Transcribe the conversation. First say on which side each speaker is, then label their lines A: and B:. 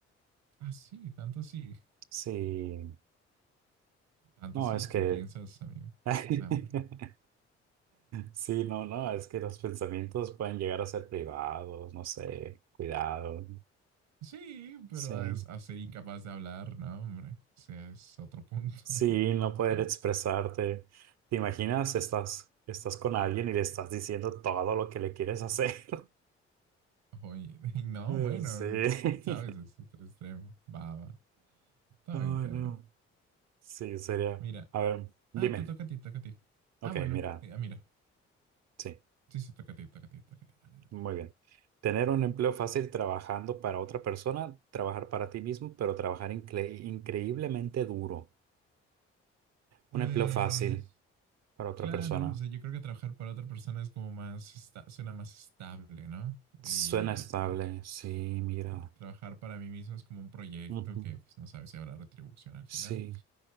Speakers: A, on the right; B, on the right.
A: Ah, sí, tanto así.
B: Sí.
A: Tanto
B: No,
A: así
B: es que...
A: que piensas, amiga.
B: <laughs>
A: No, hombre.
B: Sí, no, no, es que los pensamientos pueden llegar a ser privados, no sé, cuidado,
A: Sí, pero
B: sí.
A: a, a ser incapaz de hablar, no, hombre. O sea, es otro punto
B: Sí,
A: <laughs>
B: no poder
A: extremo.
B: expresarte. ¿Te imaginas? Estás, estás con alguien y le estás diciendo todo lo que le quieres hacer. <laughs>
A: Oye, no,
B: Eh,
A: bueno,
B: Sí.
A: sabes,
B: <laughs>
A: es otro extremo. Va, va. Está
B: Ay,
A: bien, está
B: no.
A: bien.
B: Sí, sería.
A: Mira.
B: A ver, dime.
A: Ah, tú toca a ti, toca a ti.
B: Ok,
A: Ah, bueno.
B: mira,
A: eh, ah, mira.
B: sí.
A: Sí, sí, toca a ti, toca a ti, toca a ti. Dale, dale.
B: Muy bien. Tener un empleo fácil trabajando para otra persona, trabajar para ti mismo, pero trabajar incre- increíblemente duro.
A: Pues,
B: Un empleo fácil para otra
A: claro,
B: persona.
A: o sea, yo creo que trabajar para otra persona es como más, esta- suena más estable, ¿no? Y,
B: Suena estable.
A: tra-
B: Sí, mira.
A: y trabajar para mí mismo es como un proyecto
B: Ujú.
A: que, pues, no sabes si habrá retribución al
B: Sí,
A: final.